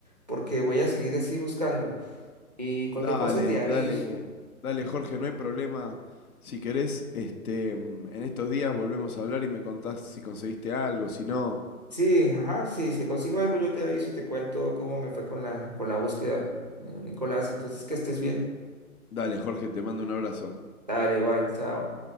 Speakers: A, on the right (about 30°); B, on the left (about 75°).
A: porque voy a seguir así buscando y cualquier
B: Dale,
A: cosa te aviso.
B: dale, dale, Jorge, no hay problema. Si querés, este, mm, en estos días volvemos a hablar y me contás si conseguiste algo, si no.
A: Sí, ajá, sí, si consigo algo yo te aviso, te cuento cómo me fue con la, con la búsqueda. Bueno, Nicolás, entonces que estés bien.
B: Dale, Jorge, te mando un abrazo.
A: Dale, igual, chao.